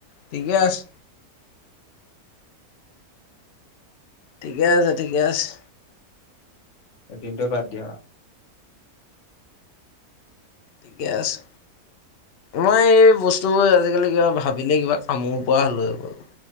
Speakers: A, on the left; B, on the left.
A: ঠিকে আছে ঠিকে আছে ঠিকে আছে
B: এদিনটো বাদ দিয়া
A: ঠিকে আছে মই এই বস্তুবোৰ আজিকালি কিবা ভাবিলে কিবা কামোৰ পোৱা হ'লো এইবোৰ